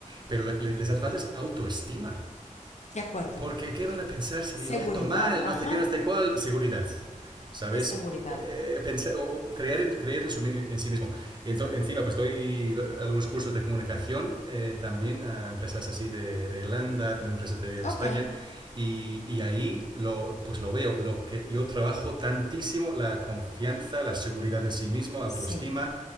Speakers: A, on the right; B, on the left.
A: Pero lo que les hace falta es autoestima.
B: de acuerdo.
A: Porque, ¿qué van a pensar si
B: Seguridad,
A: digo esto mal?
B: ajá,
A: No sé qué, no sé cuál. Seguridad. ¿sabes?
B: es seguridad.
A: Eh, pensar, o, o creer, en, creer en, su, en sí mismo. Ento- encima, pues doy, doy algunos cursos de comunicación eh, también a empresas así de, de Irlanda, también empresas de, de
B: Ok,
A: España, y, y ahí lo, pues lo veo. Lo que yo trabajo tantísimo la confianza, la seguridad en sí mismo, autoestima.
B: sí,